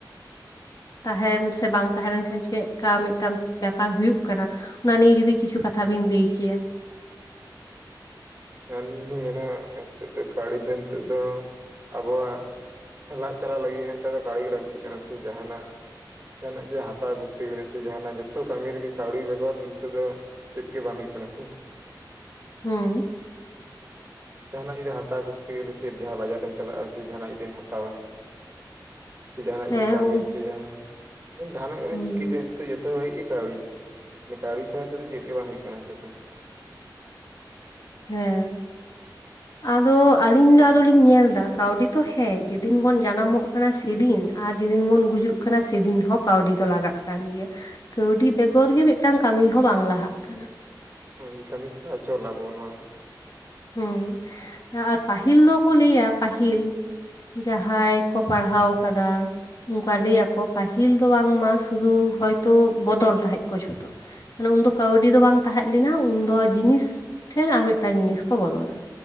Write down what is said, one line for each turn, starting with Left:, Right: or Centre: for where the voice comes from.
Left: ᱛᱟᱦᱮᱱ ᱥᱮ ᱵᱟᱝ ᱛᱟᱦᱮᱸ ᱞᱮᱱᱠᱷᱟᱱ ᱪᱮᱫᱠᱟ ᱢᱤᱫᱴᱟᱝ ᱵᱮᱯᱟᱨ ᱦᱩᱭᱩᱜ ᱠᱟᱱᱟ᱾ ᱚᱱᱟ ᱱᱤᱭᱮ ᱡᱩᱫᱤ ᱠᱤᱪᱷᱩ ᱠᱟᱛᱷᱟ ᱵᱤᱱ ᱞᱟᱹᱭ ᱠᱮᱭᱟ᱾
Right: ᱟᱹᱞᱤᱧ ᱞᱤᱧ ᱢᱮᱱᱟ ᱱᱤᱛᱚᱜ ᱫᱚ ᱠᱟᱹᱣᱰᱤ ᱫᱚ ᱱᱤᱛᱚᱜ ᱫᱚ ᱟᱵᱚᱣᱟᱜ ᱞᱟᱡ ᱪᱟᱞᱟᱜ ᱞᱟᱹᱜᱤᱫ ᱱᱮᱛᱟᱨ ᱫᱚ ᱠᱟᱹᱣᱰᱤ ᱜᱮ ᱞᱟᱹᱠᱛᱤᱜ ᱠᱟᱱᱟ ᱥᱮ ᱡᱟᱦᱟᱸᱱᱟᱜ ᱡᱟᱦᱟᱸᱱᱟᱜ ᱡᱮ ᱦᱟᱛᱟᱣ ᱠᱚᱛᱛᱮ ᱜᱮᱞᱮ ᱥᱮ ᱡᱟᱦᱟᱸᱱᱟᱜ ᱡᱚᱛᱚ ᱠᱟᱹᱢᱤ ᱨᱮᱜᱮ ᱠᱟᱹᱣᱰᱤ ᱵᱮᱜᱚᱨ ᱱᱚᱛᱮ ᱫᱚ ᱪᱮᱫ ᱜᱮ ᱵᱟᱝ ᱦᱩᱭᱩᱜ ᱠᱟᱱᱟ ᱥᱮ
Left: ᱦᱩᱸ
Right: ᱡᱟᱦᱟᱸᱱᱟᱜ ᱡᱩᱤᱫ ᱦᱟᱛᱟᱣ ᱠᱚᱛᱛᱮ ᱜᱮᱞᱮ ᱥᱨᱤᱯ ᱡᱟᱦᱟᱸ ᱵᱟᱡᱟᱨ ᱮᱢ ᱪᱟᱞᱟᱜᱼᱟ ᱥᱮ ᱡᱟᱦᱟᱸᱱᱟᱜ ᱡᱩᱫᱤᱢ ᱦᱟᱛᱟᱣᱟ ᱥᱮ ᱡᱟᱦᱟᱸᱱᱟᱜ
Left: ᱦᱮᱸ
Right: ᱜᱮᱢ ᱠᱟᱹᱢᱤ
Left: ᱩᱱ
Right: ᱦᱚᱪᱚᱭᱟ ᱡᱟᱦᱟᱸᱱᱟᱜ ᱜᱮᱢ
Left: ᱦᱩᱸ
Right: ᱪᱤᱠᱟᱹᱭ ᱱᱤᱛᱚᱜ ᱡᱚᱛᱚ ᱡᱚᱛᱚ ᱜᱷᱟᱹᱲᱤᱡ ᱜᱮ ᱠᱟᱹᱣᱰᱤ ᱠᱟᱹᱣᱰᱤ ᱪᱷᱟᱲᱟ ᱱᱤᱛᱚᱜ ᱫᱚ ᱪᱮᱫ ᱜᱮ ᱵᱟᱝ ᱦᱩᱭᱩᱜ ᱠᱟᱱᱟ ᱱᱤᱛᱚᱜ ᱫᱚ᱾
Left: ᱦᱮᱸ ᱟᱫᱚ ᱟᱹᱞᱤᱧ ᱫᱚ ᱟᱨᱚ ᱞᱤᱧ ᱧᱮᱞᱫᱟ ᱠᱟᱹᱣᱰᱤ ᱛᱚ ᱦᱮᱸ ᱡᱮ ᱫᱤᱱ ᱵᱚᱱ ᱡᱟᱱᱟᱢᱼᱚᱜ ᱠᱟᱱᱟ ᱥᱮᱫᱤᱱ ᱟᱨ ᱡᱮᱫᱤᱱ ᱵᱚᱱ ᱜᱩᱡᱩᱜ ᱠᱟᱱᱟ ᱥᱮᱫᱤᱱ ᱦᱚᱸ ᱠᱟᱹᱣᱰᱤ ᱫᱚ ᱞᱟᱜᱟᱜ ᱠᱟᱱ ᱜᱮᱭᱟ᱾ ᱠᱟᱹᱣᱰᱤ ᱵᱮᱜᱚᱨ ᱜᱮ ᱢᱤᱫᱴᱟᱝ ᱠᱟᱹᱢᱤ ᱦᱚᱸ ᱵᱟᱝ ᱞᱟᱦᱟᱜ ᱠᱟᱱᱟ᱾
Right: ᱦᱩᱸ ᱠᱟᱹᱢᱤ ᱪᱷᱟᱰᱟ ᱚᱪᱚᱞ ᱟᱵᱚᱱᱟ
Left: ᱦᱩᱸ ᱟᱨ ᱯᱟᱦᱤᱞ ᱫᱚᱠᱚ ᱞᱟᱹᱭᱟ ᱯᱟᱦᱤᱞ ᱡᱟᱦᱟᱭ ᱠᱚ ᱯᱟᱲᱦᱟᱣ ᱠᱟᱫᱟ ᱚᱱᱠᱟ
Right: ᱦᱳᱭ
Left: ᱞᱟᱹᱭᱟᱠᱚ ᱯᱟᱦᱤᱞ ᱫᱚ ᱵᱟᱝᱢᱟ ᱥᱩᱫᱩ ᱦᱚᱭᱛᱚ ᱵᱚᱫᱚᱞ ᱛᱟᱦᱮᱸᱜ ᱠᱚ ᱡᱷᱚᱛᱚ᱾ ᱢᱟᱱᱮ ᱩᱱᱫᱚ ᱠᱟᱹᱣᱰᱤ ᱫᱚ ᱵᱟᱝ ᱛᱟᱦᱮᱸᱜ ᱞᱮᱱᱟ, ᱩᱱᱫᱚ ᱡᱤᱱᱤᱥ ᱴᱷᱮᱱ ᱟᱨ ᱢᱤᱫᱴᱟᱱ ᱡᱤᱱᱤᱥ ᱠᱚ ᱵᱚᱫᱚᱞᱟ᱾